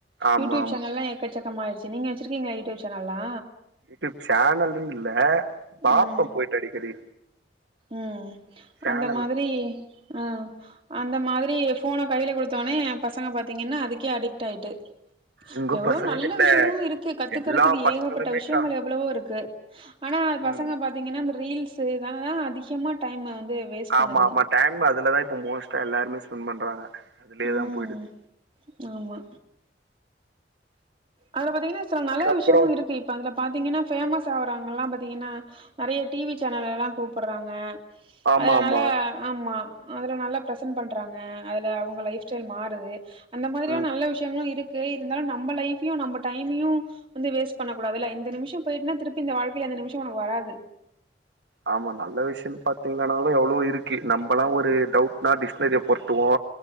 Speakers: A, on the right (about 75°); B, on the right (about 30°).
A: ஆமா
B: யூட்டுப்
A: ஆமா
B: சேனல்லா எக்கச்சக்கமா ஆய்ச்சு நீங்க வச்சிருக்கீங்களா யூட்டுப் சேனல்லா
A: யூடியூப் சேனல்ன்னு இல்ல பாப்ப
B: ம்
A: போயிட்டு அடிக்கடி
B: ம்
A: சேனலுங்களா
B: அந்த மாதிரி அஹ் அந்த மாதிரி போன கையில குடுத்தோனே பசங்க பாதீங்கன்னா அதுக்கே அடிக்ட் ஆயிட்டு
A: உங்க
B: இப்ப எவ்வளோ
A: பசங்கன்னு
B: நல்ல
A: இல்ல
B: விஷயமு இருக்கு கத்துக்கறதுக்கு
A: எல்லா பசங்களுமேக்கா
B: ஏகப்பட்ட விஷயங்கள் எவ்ளோவோ இருக்கு ஆனா
A: ம்
B: பசங்க பாத்தீங்கன்னா அந்த ரீல்ஸ்னால தா அதிகமா டைமு வந்து வேஸ்ட்
A: ஆமா
B: பண்ணுதுங்க
A: ஆமா டைம் அதுலதா இப்ப மோஸ்டா எல்லாருமே ஸ்பெண்ட் பண்றாங்க அதுலயே
B: ம்
A: தா போய்டுது
B: ஆமா அதுல பாத்தீங்னா சில
A: அதுக்கப்புறோ
B: நல்ல விஷயமும் இருக்கு இப்ப அதுல பாத்தீங்கன்னா பேமஸ் ஆகறாங்கல்லா பாத்தீங்கன்னா நெறைய டி வி சேனல் எல்லா கூப்படறாங்க
A: ஆமா
B: அதனால
A: ஆமா
B: ஆமா அதுல நல்லா ப்ரசன்ட் பண்றாங்க அதுல அவங்க லைஃப் ஸ்டைல் மாறுது அந்த மாதிரியான
A: ம்
B: நல்ல விஷயங்களு இருக்கு இருந்தாலு நம்ம லைஃப் பியு நம்ம டைமையு வந்து வேஸ்ட் பண்ண கூடாதுல்ல இந்த நிம்ஷொ போயிட்டுனா திருப்பி இந்த வாழ்க்கில இந்த நிமிஷொ ஒன்னு வராது
A: ஆமா நல்ல விஷயொனு பாத்தீங்னனாலு எவ்ளவோ இருக்கு நம்பல்லா ஒரு டவுட்னா டிஸ்னரிய பொரட்டுவோ